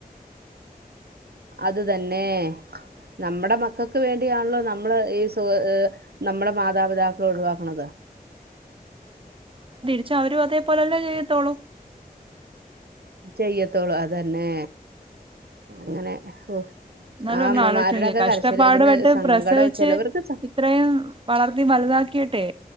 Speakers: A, on the right; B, on the right.
A: അത് തന്നെ. നമ്മുടെ മക്കൾക്ക് വേണ്ടിയാണല്ലോ നമ്മള് ഈ സുഖ ആഹ് നമ്മടെ മാതാപിതാക്കളെ ഒഴിവാക്കണത്.
B: പക്ഷേ അവരും അതേ പോലല്ലേ ചെയ്യത്തോളൂ?
A: ചെയ്യത്തോളൂ അതന്നെ. അങ്ങനെ ഓ
B: എന്നാലും
A: ആ
B: ഒന്ന്
A: അമ്മമാരുടെയൊക്കെ
B: ആലോചിച്ച് നോക്കിയെ കഷ്ടപ്പാട്
A: കരച്ചില് ഇങ്ങനെ
B: പെട്ട്
A: സങ്കടം
B: പ്രസവിച്ച്
A: ചിലവർക്ക് സ-
B: ഇത്രയും വളർത്തി വലുതാക്കിട്ടെ